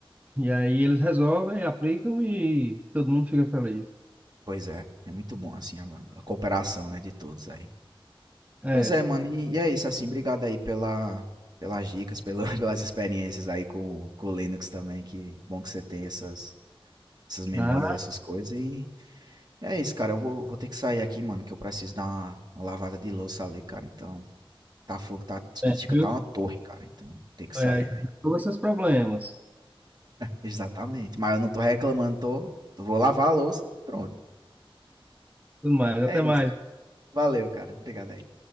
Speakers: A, on the right; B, on the right.
A: E aí eles resolvem, aplicam e todo mundo fica feliz.
B: Pois é, é muito bom, assim, a, a cooperação, né, de todos aí.
A: É,
B: Pois é, mano, e, e é isso, assim, obrigado aí pela, pelas dicas, pela, <laughs> pelas experiências aí com, com o Linux também, que bom que você tem essas, essas memórias,
A: na
B: essas coisas, e é isso, cara, eu vou, vou ter que sair aqui, mano, que eu preciso dar uma, uma lavada de louça ali, cara, então... Tá fogo, tá, tá,
A: Bem,
B: chega
A: viu?
B: tá uma torre, cara. Então tem que sair,
A: É,
B: velho.
A: resolva seus problemas.
B: Exatamente. Mas eu não tô reclamando, tô, vou lavar a louça. Pronto.
A: Tudo mais. Até
B: É
A: mais.
B: isso. Valeu, cara. Obrigado aí.